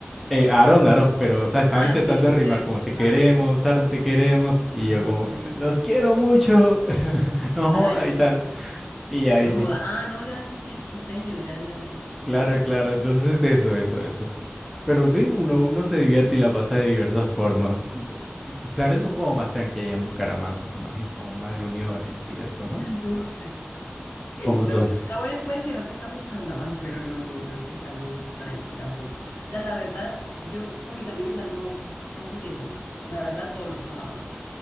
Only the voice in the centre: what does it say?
Eh, Aaron, Aaron, pero, o sea, estaba
intentando
rimar
como
te
queremos, Aaron, te queremos. Y
yo como,
los quiero mucho, <laughs> no
joda y tal.
Y ya, ahí
sí,
claro,
claro.
Entonces eso, eso, eso. Pero sí, uno, uno se divierte y la pasa de diversas formas. Entonces, sí, tus planes son como más tranquilos en Bucaramanga, me imagino, como más reuniones y esto, ¿no?
¿Cómo
son?